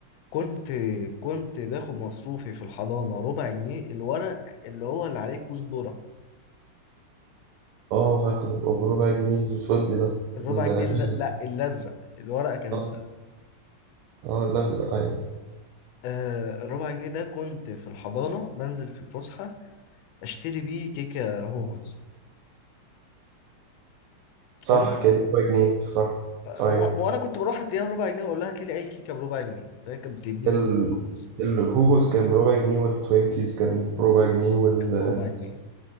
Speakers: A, on the left; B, on the right.
A: كنت كنت باخد مصروفي في الحضانه ربع جنيه الورق اللي هو اللي عليه كوز ذره
B: اه فاكره بربع جنيه الفضي ده
A: الربع
B: ال-
A: جنيه
B: الازرق
A: لا, لا الازرق الورقه كانت
B: اه
A: زرق
B: آه، الازرق ايوه
A: آه الربع جنيه ده كنت في الحضانه بنزل في الفسحه اشتري بيه كيكه هوهوز
B: صح
A: وانا
B: كده بربع جنيه صح
A: هو-
B: ايوه
A: وانا كنت بروح اديها ربع جنيه واقول لها هات لي اي كيكه بربع جنيه فهي كانت بتديني
B: ال...
A: كيكه هوهوز
B: الهوهوس كان بربع جنيه والتوينكيز كان بربع جنيه وال
A: بربع جنيه